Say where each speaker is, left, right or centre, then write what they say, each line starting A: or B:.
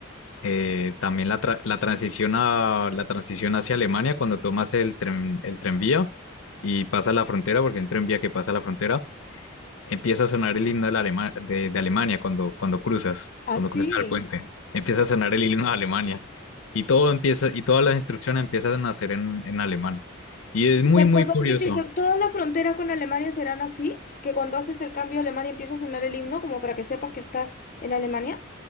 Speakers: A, on the left; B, on the left.
A: eh, también la, tra- la transición a, la transición hacia Alemania cuando tomas el tren, el tranvía y pasa la frontera, porque hay un tranvía que pasa la frontera, empieza a sonar el himno de, la Alema- de, de Alemania cuando, cuando cruzas,
B: Así.
A: cuando cruzas el puente, empieza a sonar el himno de Alemania y todo empieza, y todas las instrucciones empiezan a hacer en, en alemán. Y es muy,
B: Per-
A: muy
B: Perdón
A: curioso.
B: que te inter- todas las fronteras con Alemania serán así, que cuando haces el cambio a Alemania empieza a sonar el himno como para que sepas que estás en Alemania.